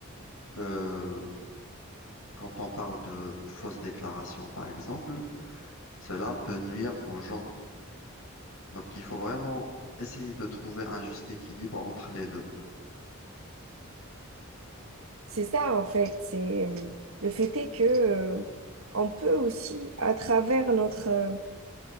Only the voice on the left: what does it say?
Euh, quand on parle de fausses déclarations, par exemple, cela peut nuire aux gens. Donc, il faut vraiment essayer de trouver un juste équilibre entre les deux.